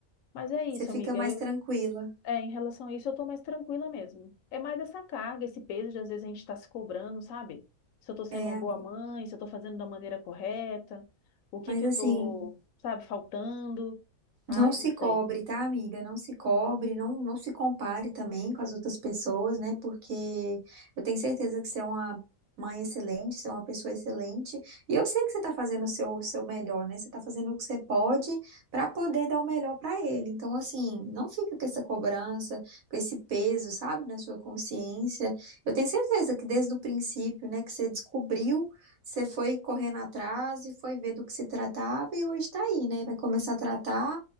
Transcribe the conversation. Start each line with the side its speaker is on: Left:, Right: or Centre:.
Left: Mas é isso,
Right: você fica
Left: amiga.
Right: mais tranquila.
Left: É, em relação a isso, eu tô mais tranquila mesmo. É mais essa carga, esse peso de às vezes a gente tá se cobrando, sabe? Se eu tô sendo
Right: É,
Left: uma
Right: amiga.
Left: boa mãe, se eu tô fazendo da maneira correta, o que
Right: Mas
Left: que
Right: assim,
Left: eu tô, sabe, faltando. Ai,
Right: Não se
Left: não sei.
Right: cobre, tá, amiga? Não se cobre, não, não se compare também com as outras pessoas, né? Porque eu tenho certeza que você é uma mãe excelente, você é uma pessoa excelente, e eu sei que você tá fazendo o seu, o seu melhor, né? Você tá fazendo o que você pode pra poder dar o melhor pra ele. Então, assim, não fica com essa cobrança, com esse peso, sabe, na sua consciência. Eu tenho certeza que desde o princípio, né, que você descobriu você foi correndo atrás e foi ver do que se tratava e hoje tá aí, né? Vai começar a tratar